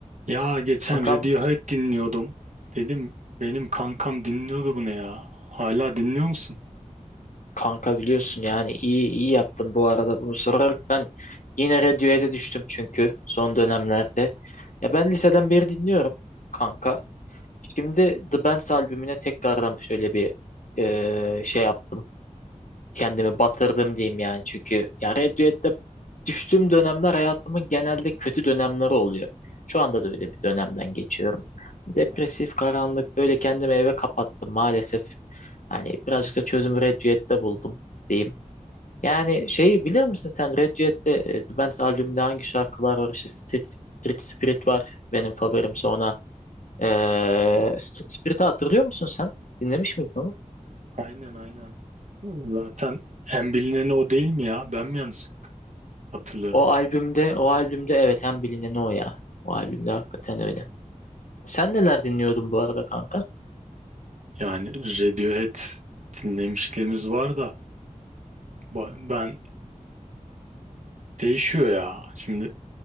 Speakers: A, on the right; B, on the left.
A: Ya geçen
B: Kankam,
A: Radiohead dinliyordum. Dedim benim kankam dinliyordu bunu ya. Hala dinliyor musun?
B: kanka biliyorsun yani iyi iyi yaptım bu arada bunu sorarak ben yine radyoya düştüm çünkü son dönemlerde. Ya ben liseden beri dinliyorum kanka. Şimdi The Bands albümüne tekrardan şöyle bir eee, şey yaptım. kendimi batırdım diyeyim yani. Çünkü ya Red Duet'te düştüğüm dönemler hayatımın genelde kötü dönemleri oluyor. Şu anda da öyle bir dönemden geçiyorum. Depresif,
A: Hayır.
B: karanlık böyle kendimi eve kapattım maalesef. Hani birazcık da çözümü Red Duet'te buldum diyeyim. Yani şeyi bilir misin sen Red Duet'te e, The Band's albümünde hangi şarkılar var? İşte Street, Street Spirit var benim favorim sonra. E, Street Spirit'i hatırlıyor musun sen? Dinlemiş miydin onu?
A: Aynen aynen. Zaten en bilineni o değil mi ya? Ben mi yanlış hatırlıyorum?
B: O albümde, o albümde evet en bilineni o ya. O albümde hakikaten öyle. Sen neler dinliyordun bu arada kanka?
A: Yani Radiohead dinlemişliğimiz var da ba- ben değişiyor ya. Şimdi